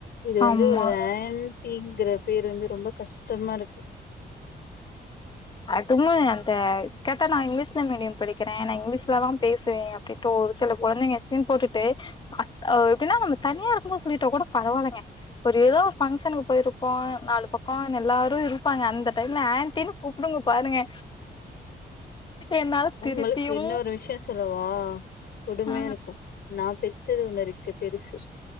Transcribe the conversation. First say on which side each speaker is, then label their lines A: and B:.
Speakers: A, on the left; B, on the left.
A: இது வந்து
B: ஆமா
A: ஒரு ஆண்டிங்கிற பேரு வந்து ரொம்ப கஷ்டமா இருக்கு
B: அதுவு அந்த கேட்டா நா இங்லீஷ்ல மீடியம் படிக்கிறே நா இங்லீஷ்ல தா பேசுவே அப்டிட்டு ஒரு சில கொழந்தைங்க சீன் போட்டுட்டு அ எப்டினா நம்ம தனியா இருக்கும்போது சொல்லிட்டா கூட பரவால்லங்க ஒரு ஏதோ ஒரு பங்க்ஷனுக்கு போயிருப்போ நாலு பக்கோ எல்லாரு இருப்பாங்க அந்த டைம்ல ஆண்டின்னு கூப் உடும்பு பாருங்க என்னால
A: உங்களுக்கு
B: திருப்பியு
A: இன்னொரு விஷயோ சொல்லவா கொடுமையா
B: ஆ
A: இருக்கு நான் பெத்தது ஒன்னு இருக்கு பெருசு